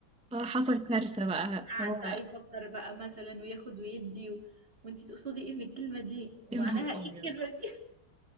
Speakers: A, in the centre; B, on the right.
A: آه، حصل كارثه بقى
B: قعد
A: هو
B: بقى يفكر بقى مثلا وياخد ويدي و... وانتي تقصدي ايه من الكلمة دي ومعناها
A: يا نهار
B: ايه
A: ابيض
B: الكلمة دي